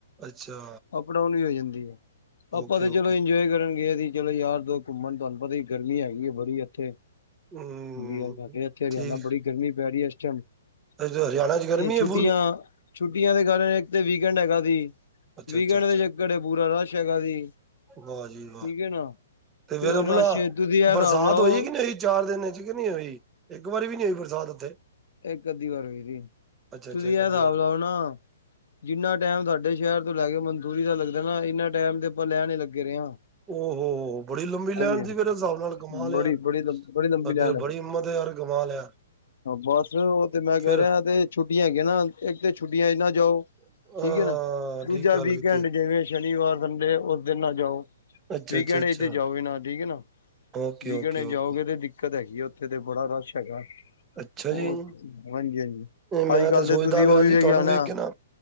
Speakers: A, on the right; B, on the left.
A: ਅੱਛਾ।
B: ਅਪਡਾਊਨ ਵੀ ਹੋ ਜਾਂਦੀ ਆਪਾਂ
A: ਓਕੇ
B: ਤੇ
A: ਓਕੇ
B: ਚਲੋ ਇੰਜੋਏ ਕਰਨਗੇ ਸੀ। ਚਲੋ ਯਾਰ ਦੋਸਤ ਘੁੰਮਣ ਤੁਹਾਨੂੰ ਪਤਾ ਹੀ ਗਰਮੀ ਹੈਗੀ ਹੈ ਬੜੀ ਇੱਥੇ।
A: ਹਮ
B: ਹਾਂਜੀ ਇਥੇ ਹਰਿਆਣਾ
A: ਠੀਕ
B: ਬੜੀ ਗਰਮੀ ਪੈ ਰਹੀ ਹੈ ਇਸ ਟਾਈਮ।
A: ਅੱਛਾ ਹਰਿਆਣਾ
B: ਤੇ
A: ਚ ਗਰਮੀ
B: ਛੁੱਟੀਆਂ
A: ਹੈ ਫੁੱਲ
B: ਛੁੱਟੀਆਂ ਦੇ ਕਾਰਨ ਇੱਕ ਤੇ ਵੀਕਐਂਡ ਹੈਗਾ ਸੀ।
A: ਅੱਛਾ
B: ਵੀਕਐਂਡ
A: ਅੱਛਾ ਅੱਛਾ
B: ਦੇ ਚੱਕਰ ਚ ਪੂਰਾ ਰਸ਼ ਹੈਗਾ ਸੀ।
A: ਵਾਹ ਜੀ ਵਾਹ
B: ਠੀਕ ਹੈ ਨਾ।
A: ਤੇ ਫੇਰ ਉਹ
B: ਰਸ਼
A: ਭਲਾ
B: ਤੁਸੀਂ ਇਹ
A: ਬਰਸਾਤ
B: ਹਿਸਾਬ ਲਾਓ
A: ਹੋਈ ਕਿ ਨਹੀਂ? ਚਾਰ ਦਿਨ ਚ ਕਿ ਨਹੀਂ ਹੋਈ ਇੱਕ ਵਾਰੀ ਵੀ ਨੀ ਹੋਈ ਬਰਸਾਤ ਉੱਥੇ?
B: ਇੱਕ ਅੱਧੀ ਵਾਰ ਹੋਈ ਹ
A: ਅੱਛਾ
B: ਤੁਸੀਂ
A: ਅੱਛਾ ਇੱਕ
B: ਇਹ
A: ਅੱਧੀ
B: ਹਿਸਾਬ
A: ਵਾਰ
B: ਲਾਓ ਨਾ। ਜਿੰਨਾ ਟਾਈਮ ਸਾਡੇ ਸ਼ਹਿਰ ਤੋਂ ਲੈ ਕੇ ਮਨਸੂਰੀ ਦਾ ਲੱਗਦਾ ਨਾ ਇਨਾ ਟਾਈਮ ਤੇ ਆਪਾਂ ਲੈਣ ਹੀ ਲੱਗੇ ਰਹੇ ਹਾਂ।
A: ਓ ਹੋ ਹੋ ਬੜੀ ਲੰਬੀ ਲਾਈਨ
B: ਹਾਂਜੀ।
A: ਸੀ ਫਿਰ ਇਸ ਹਿਸਾਬ ਨਾਲ ਕਮਾਲ
B: ਬੜੀ
A: ਹੈ ਯਾਰ
B: ਬੜੀ ਲੰ ਬੜੀ ਲੰਬੀ
A: ਬੰਦੇ
B: ਲਾਈਨ
A: ਚ
B: ਹੈਗੀ।
A: ਬੜੀ ਹਿੰਮਤ ਆ ਯਾਰ ਕਮਾਲ ਹੈ ਯਾਰ।
B: ਬਸ ਉਹ ਤੇ ਮੈਂ ਕਹਿ
A: ਫਿਰ
B: ਰਿਹਾ ਤੇ ਛੁੱਟੀਆਂ ਹੈਗੀਆਂ ਨਾ ਇੱਕ ਤੇ ਛੁੱਟੀਆਂ ਹੀ ਨਾ ਜਾਓ।
A: ਅਹ
B: ਠੀਕ ਹੈ ਨਾ ਦੂਜਾ
A: ਠੀਕ ਗੱਲ
B: ਵੀਕਐਂਡ
A: ਕੀਤੀ
B: ਜਿਵੇਂ ਸ਼ਨੀਵਾਰ ਸੰਡੇ ਉਸ ਦਿਨ ਨਾਲ ਜਾਓ।
A: ਅੱਛਾ
B: ਵੀਕਐਂਡ
A: ਅੱਛਾ ਅੱਛਾ
B: ਇਚ ਤੇ ਜਾਓ ਨਾ ਠੀਕ ਹੈ। ਨਾ
A: ਓਕੇ
B: ਵੀਕਐਂਡ
A: ਓਕੇ ਓਕੇ
B: ਜਾਓਗੇ ਤੇ ਦਿੱਕਤ ਹੈਗੀ ਆ ਉੱਥੇ ਤੇ ਬੜਾ ਰਸ਼ ਹੈਗਾ।
A: ਅੱਛਾ
B: ਉਹ
A: ਜੀ
B: ਹਾਂਜੀ ਹਾਂਜੀ
A: ਮੈਂ
B: ਅੱਜ ਕੱਲ
A: ਸੋਚਦਾ
B: ਤੇ ਤੁਸੀਂ
A: ਪਿਆ
B: ਉਹ ਵੀ
A: ਸੀ
B: ਵੀ
A: ਤੁਹਾਨੂੰ
B: ਗਿਆਣਾ।
A: ਵੇਖ ਕੇ ਨਾ